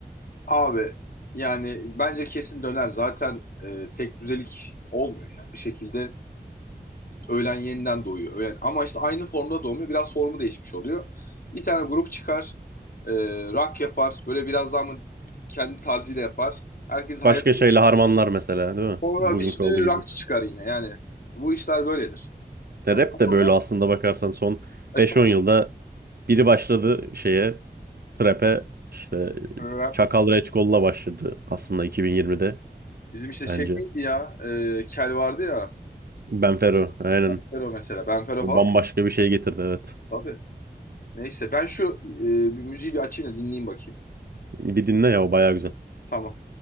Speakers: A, on the left; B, on the right.
A: Abi yani bence kesin döner. Zaten e, tek düzelik olmuyor yani bir şekilde Öğlen yeniden doğuyor. Öğlen. Ama işte aynı formda doğmuyor. Biraz formu değişmiş oluyor. Bir tane grup çıkar. E, rock yapar. Böyle biraz daha mı kendi tarzıyla yapar. Herkes hayran.
B: Başka şeyle harmanlar mesela değil mi?
A: Sonra
B: Bugünkü
A: bir sürü
B: olduğu gibi.
A: rockçı çıkar yine. Yani bu işler böyledir.
B: Ya
A: Önemli
B: rap de
A: olan
B: böyle aslında bakarsan son
A: eton
B: beş on yılda biri başladı şeye trap'e işte
A: rap.
B: Çakal Reçkol'la başladı aslında 2020'de
A: Bizim işte şey
B: bence.
A: neydi ya? E, Kel vardı ya.
B: Ben Fero aynen.
A: Benfero mesela. Benfero
B: O
A: falan.
B: bambaşka bir şey getirdi evet.
A: Tabii. Neyse ben şu e, bir müziği bir açayım da dinleyeyim bakayım.
B: Bir dinle ya o baya güzel.
A: Tamam.